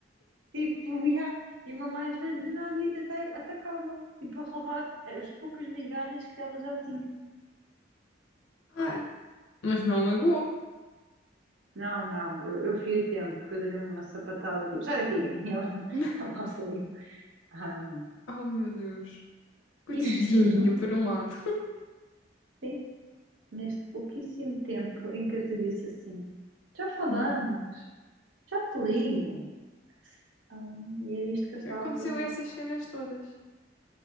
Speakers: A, on the right (about 80°); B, on the left (about 85°).
A: tipo, <laughs> ia, e o meu mais velho do nada ia tentar atacá-la, tipo, a roubar as poucas migalhas que ela já tinha.
B: Ah, mas não a magoou.
A: Não, não, eu, eu fui a tempo, eu dei-lhe uma sapatada, tipo, sai daqui, <laughs> e ela,
B: <laughs>
A: ela saiu. Ah,
B: Oh, meu Deus. Coitadinho,
A: isto tudo.
B: por um lado.
A: sim neste pouquíssimo tempo em que eu te disse assim: já falamos,
B: Yeah.
A: já te ligo. Hum, e era isto que eu estava
B: Aconteceu
A: a fazer.
B: essas cenas todas.